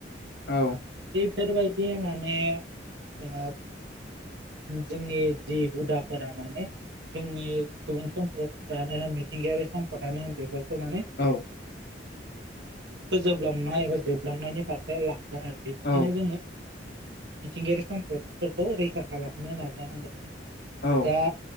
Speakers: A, on the left; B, on the right.
A: औ
B: बेफोरबायदि माने जोंहा जोंनि जि हुदाफोरा माने जोंनि सुबुं सम्पदानो होन मिथिंगायारि सम्पदानो होन बेफोर माने
A: औ
B: फोजोबलांनाय एबा जोबलांनायनि फारसे लां <unintelligible> बेनिखायनो
A: औ
B: जोङो मिथिंगायारि सम्पदफोरखौ रैखा खालामनो नाजानांगोन।
A: औ।
B: दा